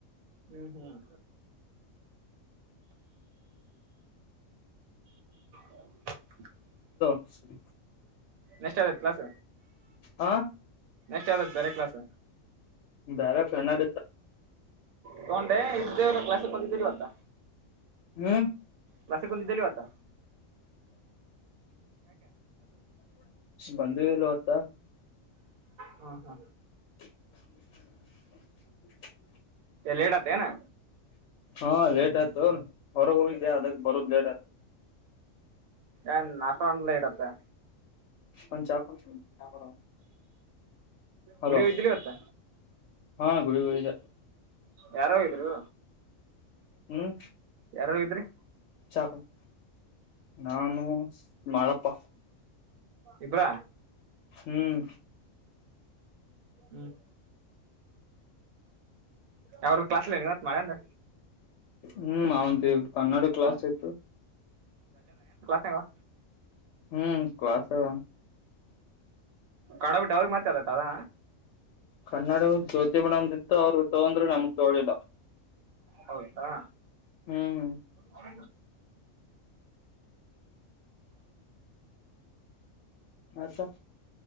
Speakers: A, on the right (about 90°); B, on the left (about 65°).
A: ಹ್ಮ್ ಹ್ಮ್ <inaudible>
B: <inaudible>
A: ನೆಕ್ಸ್ಟ್ ಆದತ್ ಕ್ಲಸ್
B: ಹಾ
A: ನೆಕ್ಟ್ ಯಾವ ಬೇರೆ ಕ್ಲಾಸ್
B: ಬೇರೆ ಫೇನಾಡ್ ಇತ್ತು
A: ತಗೊಂಡೆ ಇದ್ದೇ ಎಲ್ಲ ಕ್ಲಾಸ್ ಹೋಗಿದ್ದೀವತ್ತ
B: ಹ್ಮ್
A: ಕ್ಲಾಸ್ಸಿಗೆ ಬಂದಿದಿಲ್ಲ ಇವತ್ತು
B: ಬಂದೆ ಇಲ್ಲ ಇವತ್ತು
A: ಹ್ಮ ಹಾ
B: <inaudible>
A: ಲೇಟ್ ಅದ್ದೇನು
B: ಹಾ ಲೇಟ್ ಆಯ್ತು ಹೊರಗೆ ಹೋಗಿದ್ದೆ ಅದಕ್ಕೆ ಬರೋದ್ ಲೇಟ್ ಆಯ್ತು
A: ಏನ್ ಅಸ್ಟೊದು ಲೇಟ್ ಆಯ್ತಾ
B: ಒಂದು ಚಾ ಕೊಡು ಹಲೋ
A: ಗುಡಿಗೆ ಹೋಗಿದ್ದಿಲ್ಲ ಇವತ್ತ
B: ಹಾ ಗುಡಿ ಹೋಗಿದೆ
A: ಯಾರೋ ಇದ್ರು
B: ಹ್ಮ್
A: ಯಾರ್ಯಾರು ಹೋಗಿದ್ರಿ
B: ಚಾ ಕೊಡು ನಾನು ಮಾಳಪ್ಪ
A: ಇಬ್ರಾ
B: ಹ್ಮ್
A: ಹ್ಮ್ ಯಾವರು ಕ್ಲಾಸ್ಲ್ಲಿ ಏನ ಇವತ್ ಮಾಡೆ ಅಂದ
B: ಹ್ಮ್ ಅವಂತ ಕನ್ನಡ ಕ್ಲಾಸ್ ಇತ್ತು
A: ತವ
B: ಹ್ಮ್ ಕ್ಲಾಸ ಅವ
A: ಕಡಬಿಟ್ಟು ಅವ್ರಿಗೆ ಮತ್ತ ಅದತ್ ಅದ
B: ಕನ್ನಡ ಜ್ಯೋತಿ ಮೇಡಂ ಇತ್ತು ಅವ್ರಗ ತೊಂಕೊಂಡ್ರು ನಮಗ್ ತಕೊಂಡಿಲ್ಲ
A: ಹೌದಾ
B: ಹ್ಮ್
A: ಹ
B: ಮತ್